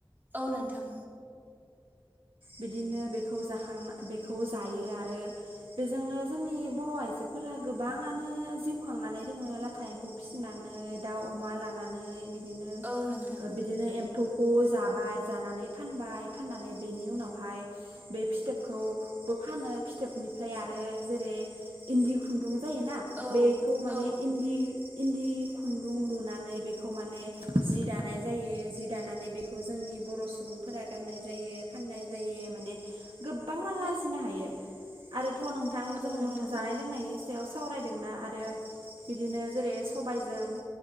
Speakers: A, on the right; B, on the right.
A: औ नोंथां
B: बिदिनो बेखौ जाखां बेखौ जायो आरो बेजोंनो जोंनि बर' आइजोफोरा गोबाङानो जिउ खांनानै रोङो लाथा एम्फौ फिसिनानै नै दाउ अमा लानानै बि बिदिनो
A: औ नोंथां
B: बिदिनो एम्फौखौ जाबाय जानानै फानबाय फाननानै बेनि उनावहाय बे फिथोबखौबो फानो फिथोबनिफ्राय आरो जेरै इन्दि खुन्दुं जायोना
A: औ
B: बेखौ माने
A: औ
B: इन्दि इन्दि खुन्दुं लुनानै बेखौ माने जि दानाय जायो जि दानानै बेखौ जोंनि बर' सुबुंफोरा गाननाय जायो फाननाय जायो माने गोबां रां आरजिनो हायो आरो थ' नोंथां
A: औ
B: जों
A: नोंथां
B: जानाय लोंनायनि सायाव सावरायदोंना आरो बिदिनो जेरै सबायजों